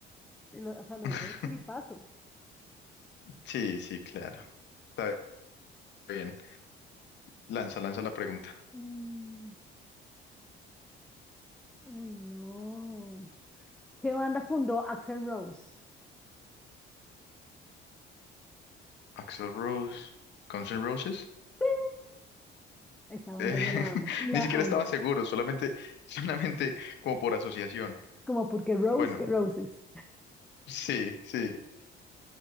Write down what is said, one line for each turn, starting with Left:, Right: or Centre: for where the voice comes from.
Centre: Lo- o sea, lo
Left: <laughs>
Centre: dije de chiripazo.
Left: Sí, sí, claro. Está bien. Lanza, lanza la pregunta.
Centre: Mm, uy, no. ¿Qué banda fundó Axel Rose?
Left: Axel Rose, Guns N' Roses.
Centre: ¡Sí! Esa banda
Left: Eh,
Centre: yo
Left: <laughs>
Centre: la amo, la
Left: ni siquiera
Centre: amo.
Left: estaba seguro, solamente, <laughs> solamente como por asociación.
Centre: Como porque Rose
Left: Bueno,
Centre: y Roses.
Left: sí, sí.